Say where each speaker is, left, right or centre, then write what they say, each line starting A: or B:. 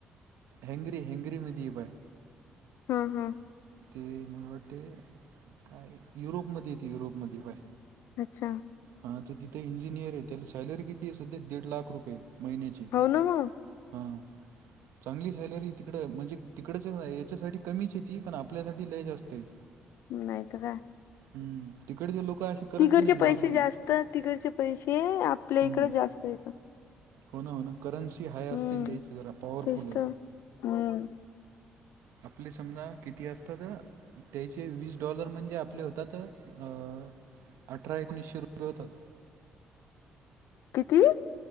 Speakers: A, on the right; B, on the left.
A: हॅंगरी हॅंगरी मध्ये पाहय.
B: हं हं
A: ते मला वाटते काय युरोपमध्ये येते युरोपमध्ये पाहय.
B: अच्छा
A: हा तर तिथे इंजिनियर आहे त्याला सॅलरी किती आहे सध्या दीड लाख रुपये. महिन्याची
B: हो ना मग
A: हा चांगली सॅलरी तिकड म्हणजे तिकडच याच्यासाठी कमीच ती पण आपल्यासाठी लय जास्तय.
B: नाही त काय
A: हम्म तिकडे लोक असे करत
B: तिकडचे
A: बी नाही नॉर्मल
B: पैसे जास्त तिकडचे पैसे आपल्या
A: हम्म
B: इकडं जास्त येत.
A: हो ना हो ना करन्सी हाय
B: हम्म
A: असतील द्यायची जरा पॉवरफुल
B: तेच
A: य.
B: तर हम्म
A: आपले समजा किती असत तर त्याचे वीस डॉलर म्हणजे आपले होतात अ अठरा एकोणीसशे रुपये होतात.
B: किती